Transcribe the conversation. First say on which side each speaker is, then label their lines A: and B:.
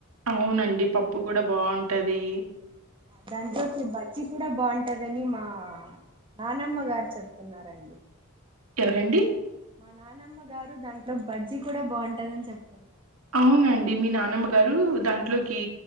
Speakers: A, on the right (about 80°); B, on the right (about 25°).
A: అవునండి పప్పు కూడా బాగుంటది
B: దాంట్లోకి బజ్జి కూడా బాగుంటదని మా నానమ్మ గారు చెప్తున్నారండి
A: ఎవరండి
B: మా నానమ్మ గారు దాంట్లో బజ్జీ కూడా బాగుంటందని చెప్తున్నారు
A: అవునండి మీ నానమ్మ గారు దాంట్లోకి